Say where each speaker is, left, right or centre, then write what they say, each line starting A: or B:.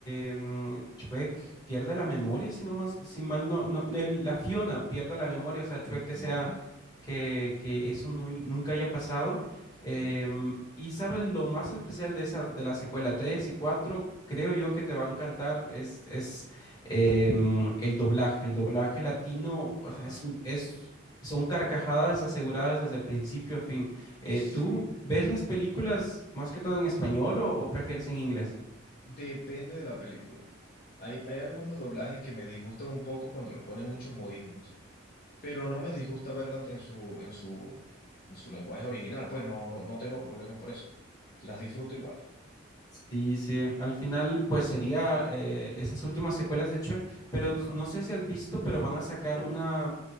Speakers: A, on the left (about 20°); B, on the left (about 45°).
A: eh, mm, Chuck pierde la memoria, si no más, si mal no, no el- la Fiona pierde la memoria, o sea, Chuck
B: Ujú,
A: desea que, que eso no hi- nunca haya pasado.
B: Ok,
A: Em, y sabes, lo más especial de esa, de la secuela 3 y 4, creo yo que te va a encantar, es, es em, el doblaje. El doblaje latino, o
B: ajá,
A: sea, es un, es, son carcajadas aseguradas desde principio a fin. Eh,
B: sí,
A: ¿tú ves las películas más que todo en español o, o prefieres en inglés?
B: depende de la película. Hay, hay algunos doblajes que me disgustan un poco cuando le ponen muchos modismos. pero no me disgusta verlas en su, en su, en su lenguaje original, pues no, no, no tengo problema por eso. Las disfruto igual.
A: Sí, sí. Al final, pues sería eh, esas últimas secuelas de Shrek, pero
B: Ajá,
A: no sé si has visto, pero van a sacar una,